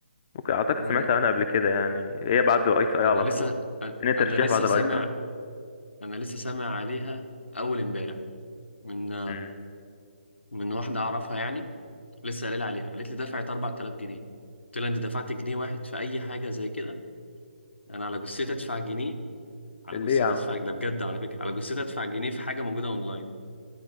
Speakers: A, on the left (about 35°); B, on the left (about 80°).
A: ممكن أعتقد
B: امم.
A: سمعت عنها قبل كده يعني هي بعد الأي تي أي
B: انا
A: على
B: لسه
A: طول إن الترشيح
B: انا لسه
A: بعد الأي
B: سامع
A: تي أي
B: انا لسه سامع عليها اول امبارح من
A: أمم.
B: من واحده اعرفها يعني لسه قايله لي عليها قالت لي دفعت 4000 جنيه قلت لها انت دفعت جنيه واحد في اي حاجه زي كده انا على جثتي ادفع جنيه على
A: ليه
B: جثتي
A: يا
B: ادفع
A: عم
B: ده بجد على فكره على جثتي ادفع جنيه في حاجه موجوده اونلاين